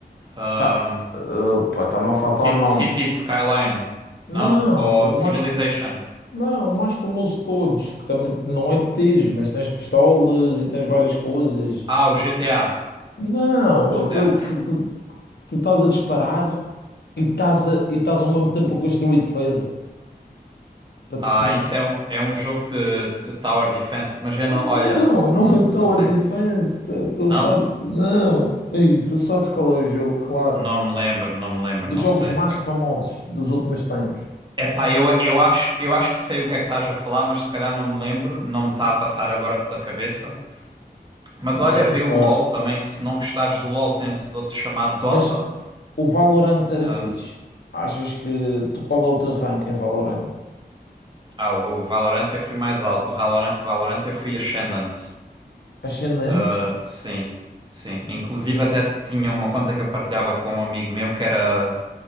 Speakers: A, on the right (about 25°); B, on the left (about 80°).
A: Ahm,
B: que tá- Opa, está-me a faltar
A: Ci-
B: o nome.
A: City Skyline,
B: Não,
A: não? Ou
B: o
A: Civilization.
B: mais. Não, o mais famoso de todos, que também não é de tiros, mas tens pistolas e tens várias coisas.
A: Ah, o GTA.
B: Não,
A: GTA.
B: aquele que tu, tu estás a disparar e estás, a, e estás ao mesmo tempo a construir defesa para
A: Ah,
B: te defender.
A: isso é um, é um jogo de, de Tower Defense, mas eu não,
B: Não,
A: olha,
B: não
A: não,
B: é
A: se-
B: Tower
A: não sei.
B: Defense. Tu, tu
A: Não?
B: sabes, não. Ei, tu sabes qual é o jogo, claro.
A: Não me lembro, não me lembro,
B: Dos
A: não
B: jogos
A: sei.
B: mais famosos dos últimos tempos.
A: É, epá, eu, eu acho, eu acho que sei o que é que estás a falar, mas se calhar não me lembro, não me está a passar agora pela cabeça. Mas olha,
B: Ok.
A: vê o LOL também. Se não gostares do LOL, tens outro chamado Dota.
B: Mas o Valorant era
A: Ah,
B: fixe. Achas que tu qual é o teu rank em Valorant?
A: Ah, o Valorant eu fui mais alto. O Valorant, Valorant eu fui Ascendant.
B: Ascendente?
A: Ah, sim, sim. Inclusive até tinha uma conta que eu partilhava com um amigo meu que era